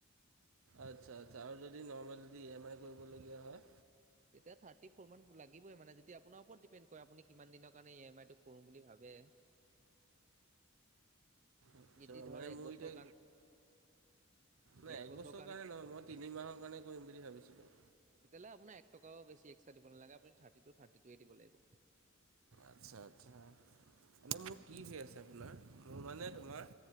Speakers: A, on the right; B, on the right.
A: আচ্ছা-আচ্ছা আৰু যদি নৰ্মেল যদি ই এম আই কৰিবলগীয়া হয়?
B: তেতিয়া থাৰ্টি ফোৰ মান লাগিবয়ে মানে যেতিয়া আপোনাৰ ওপৰত ডিপেণ্ড কৰে আপুনি কিমান দিনৰ কাৰণে ইএমআই টো কৰিম বুলি ভাবে। <unintelligible>
A: আচ্ছা
B: যদি ধৰ
A: মানে
B: এক
A: মোৰ
B: বছৰ
A: ইতিয়া
B: কাৰণ
A: নাই
B: এক
A: একবছৰৰ
B: বছৰৰ
A: কাৰণে নহয় মই তিনি মাহৰ কাৰণে কৰিম বুলি ভাবিছিলো।
B: তেতিয়াহলে আপোনাৰ একটকাউ বেছি এক্সট্ৰ দিব নালাগে আপুনি থাৰ্টিটু থাৰ্টিটুয়ে দিব লাগিব।
A: আচ্ছা-আচ্ছা এনে মোক
B: উম,
A: কি হয় আছে <unintelligible> মোৰ মানে তোমাৰ